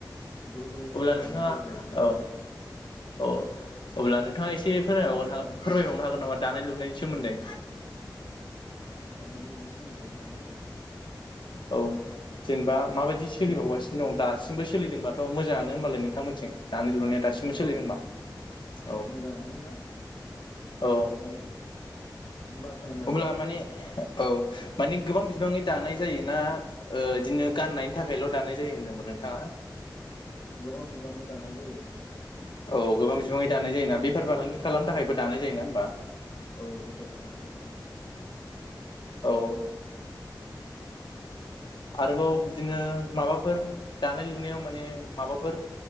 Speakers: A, on the left; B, on the left.
A: ज' ज'यैनो
B: अब्ला
A: हेफाजाब
B: नोंथाङा
A: होलाय लायो।
B: औ औ अब्ला नोंथाङा एसे फोरमायबावगोना फोरमायबावनो हागोन नामा दानाय लुनायनि सोमोन्दै
A: दानाय लुनायनि सोमोन्दै हागोन औ
B: औ जेनेबा माबायदि सोलिबावगासिनो दं दासिमबो सोलिदोंबाथ' मोजांआनो होमबालाय नोंथांमोनथिं दानाय लुनाया दासिमबो सोलिदोंबा
A: औ
B: औ
A: मोजाङानो दा
B: औ
A: दा बाख्नायनांगोन
B: अब्ला माने औ मानि गोबां बिबाङै दानाय जायोना ओ इदिनो गाननायनि थाखायल' दानाय जायो होन्दोंमोन नोंथांआ?
A: गोबां बिबांनि दानाय जायो।
B: औ गोबां बिबाङै दानाय जायोना बेफार फालांगि खालामनो थाखायबो दानाय जायोना होमबा
A: औ बेफार फालांगि खालामनायनि थाखायबो
B: औ आरोबाव बिदिनो माबाफोर दानाय लुनायाव माने माबाफोर